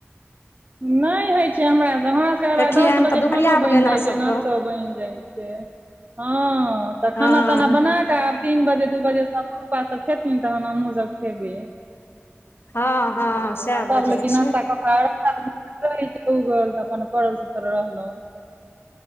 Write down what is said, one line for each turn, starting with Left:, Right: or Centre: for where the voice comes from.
Right: नहि हइ हमरा सब हमरा सबके
Left: एकठियन
Right: दस बजे
Left: तऽ दुपहरिया
Right: खानो
Left: आबि
Right: बनि
Left: गेल
Right: जाइ
Left: अहाँ सबके
Right: छै नास्तो बनि जाइ छै हँ तऽ खाना
Left: हँ
Right: ताना बना आब तीन बजे दू बजेसँ पुपा सब खेथिन तहन हमहु सब खेबै
Left: हँ हँ सएह
Right: आसा
Left: भऽ
Right: बोल
Left: जाइ
Right: कि
Left: छै
Right: नास्ता कऽ पा रह छै उगल तऽ अपन पल सुल रहलहुँ